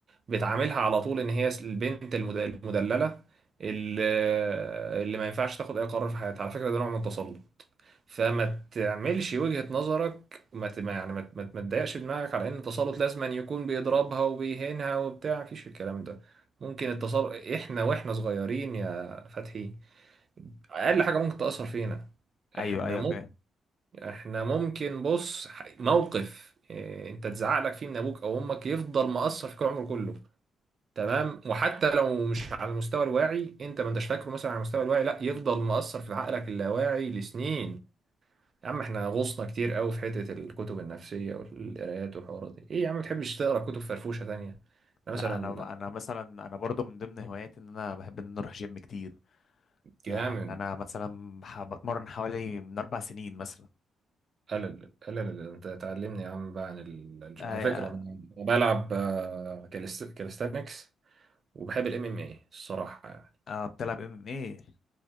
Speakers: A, on the right (about 40°); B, on the left (about 50°).
A: بتعاملها على طول ان هي البنت المد- المدللة اللي, اللي ما ينفعش تاخد اي قرار في حياتها على فكرة ده نوع من التسلط فما تعملش وجهة نظرك ما ت- ما- يعني ما ت- ما ت- ما تضايقش دماغك على ان التسلط لازم أن يكون بيضربها وبيهينها وبتاع مفيش الكلام ده ممكن التسلط احنا واحنا صغيرين يا فتحي اقل حاجة ممكن تأثر فينا
B: أيوه
A: احنا
B: أيوه
A: ممكن
B: فاهم
A: احنا ممكن بص ح- موقف إيه، انت تزعق لك فيه من ابوك او امك يفضل مأثر فيك العمر كله تمام وحتى لو مش على المستوى الواعي انت ما انتش فاكره مثلا على المستوى الواعي لا يفضل مأثر في عقلك اللاواعي لسنين يا عم احنا غوصنا كتير قوي في حتة الكتب النفسية والقرايات والحوارات دي ايه يا عم متحبش تقرا كتب فرفوشة تانية
B: لا
A: انا مثلا
B: أنا أنا مثلا أنا برضو من ضمن هواياتي إن أنا بحب إن أنا أروح جيم كتير
A: جامد
B: يعني أنا مثلا بح- بتمرن حوالي من أربع سنين مثلا
A: قلل قلل انت تعلمني يا عم بقى عن ال... الج-
B: أي-
A: على فكرة انا أنا بلعب آه، كاليست... كاليستانكس وبحب الام ام اي الصراحة يعني
B: أه بتلعب ام ام ايه